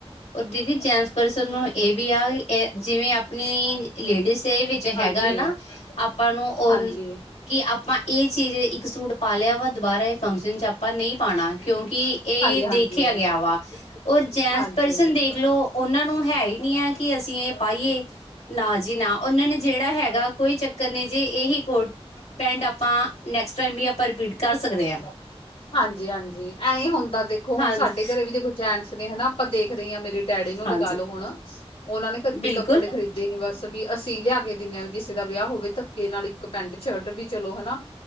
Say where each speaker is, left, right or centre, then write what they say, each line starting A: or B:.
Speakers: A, on the left; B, on the left.
A: ਓ ਦੀਦੀ ਜੈਂਟਸ ਪਰਸਨ ਨੂੰ ਇਹ ਵੀ ਆ ਜਿਵੇਂ ਆਪਣੀ ਲੇਡੀਜ਼ ਹੈ ਵੀ ਜੇ ਹੈਗਾ
B: ਹਾਂਜੀ।
A: ਏ ਨਾਂ ਆਪਾਂ ਨੂੰ ਉਹ
B: ਹਾਂਜੀ,
A: ਕਿ ਆਪਾਂ ਇਹ ਚੀਜ਼ ਇੱਕ ਸੂਟ ਪਾ ਲਿਆ ਵਾ ਦੁਬਾਰਾ ਇਹ ਫੰਕਸ਼ਨ ਚ ਆਪਾਂ ਨਹੀਂ ਪਾਉਣਾ ਕਿਉਂਕਿ ਇਹ
B: ਹਾਂਜੀ-ਹਾਂਜੀ,
A: ਦੇਖਿਆ
B: ਹਾਂਜੀ,
A: ਗਿਆ ਵਾ, ਔਰ ਜੈਂਟਸ
B: ਹਾਂਜੀ-ਹਾਂਜੀ।
A: ਪਰਸਨ ਦੇਖਲੋ ਉਹਨਾਂ ਨੂੰ ਹੈ ਹੀ ਨਹੀਂ ਹੈ ਕਿ ਅਸੀਂ ਇਹ ਪਾਈਏ। ਨਾਂ ਜੀ ਨਾਂ ਉਹਨਾਂ ਨੇ ਜਿਹੜਾ ਹੈਗਾ ਕੋਈ ਚੱਕਰ ਨਹੀਂ ਜੀ ਇਹੀ ਕੋਟ- ਪੈਂਟ ਆਪਾਂ ਨੈਕਸਟ ਟਾਈਮ ਵੀ ਆਪਾਂ ਰਿਪੀਟ ਕਰ ਸਕਦੇ ਹਾਂ।
B: ਹਾਂਜੀ- ਹਾਂਜੀ ਐਂ ਹੀ ਹੁੰਦਾ ਦੇਖੋ ਹੁਣ
A: ਹਾਂਜੀ
B: ਸਾਡੇ ਘਰੇ ਵੀ ਦੇਖੋ ਜੈਂਟਸ ਨੇ ਹਨਾ ਆਪਾਂ ਦੇਖ ਖ ਰਹੀ ਆ ਮੇਰੇ ਡੈਡੀ ਨੂੰ
A: ਹਾਂਜੀ
B: ਲਗਾ ਲੋ ਹੁਣ, ਉਹਨਾਂ ਨੇ ਕਦ
A: ਬਿਲਕੁਲ
B: ਕੱਪੜੇ ਖਰੀ- ਦੇ ਬਸ ਵੀ ਅਸੀਂ ਲਿਆ ਕੇ ਦਿੰਦੇ ਹਾਂ ਵੀ ਕਿਸੇ ਦਾ ਵਿਆਹ ਹੋਵੇ ਧੱਕੇ ਨਾਲ ਇੱਕ ਪੈਂਟ ਸ਼ਰਟ ਵੀ ਚਲੋ ਹਨਾ।